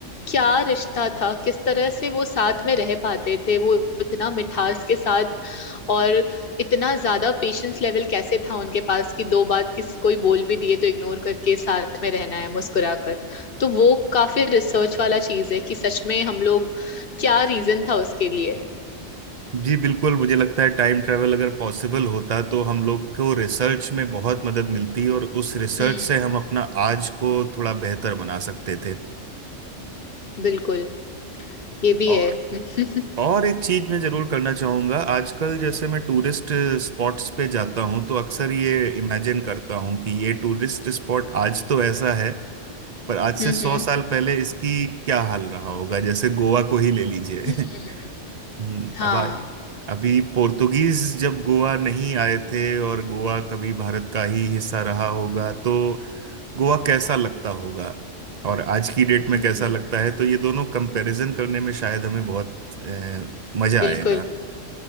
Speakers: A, on the left; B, on the right.
A: क्या रिश्ता था किस तरह से वो साथ में रह पाते थे वो इतना मिठास के साथ और इतना ज्यादा पेशेंस लेवल कैसे था उनके पास कि दो बात किसी कोई बोल भी दिए तो इग्नोर करके साथ में रहना है मुस्कुराकर तो वो काफी रिसर्च वाला चीज है कि सच में हम लोग क्या रीजन था उसके लिए
B: जी बिल्कुल मुझे लगता है टाइम ट्रैवल अगर पॉसिबल होता तो हम लोग को रिसर्च में बहुत मदद मिलती और उस रिसर्च
A: हम्म
B: से हम अपना आज को थोड़ा बेहतर बना सकते थे
A: बिल्कुल ये भी
B: और
A: है हम्म
B: और एक चीज मैं जरूर करना चाहूंगा आजकल जैसे मैं टूरिस्ट स्पॉट्स पे जाता हूँ तो अक्सर ये इमेजिन करता हूँ कि ये टूरिस्ट स्पॉट आज तो ऐसा है पर आज से
A: हम्म
B: सौ
A: हम्म हम्म,
B: साल पहले इसकी क्या हाल रहा होगा जैसे गोवा को ही ले लीजिए <laughs>
A: हम्म,
B: हम्म,
A: हाँ
B: अब आ, अभी पोर्तुगीज जब गोवा नहीं आए थे और गोवा कभी भारत का ही हिस्सा रहा होगा तो गोवा कैसा लगता होगा और आज की डेट में
A: हम्म,
B: कैसा लगता है तो ये दोनों कंपैरिजन करने में शायद हमें बहुत अ, मजा
A: बिल्कुल
B: आएगा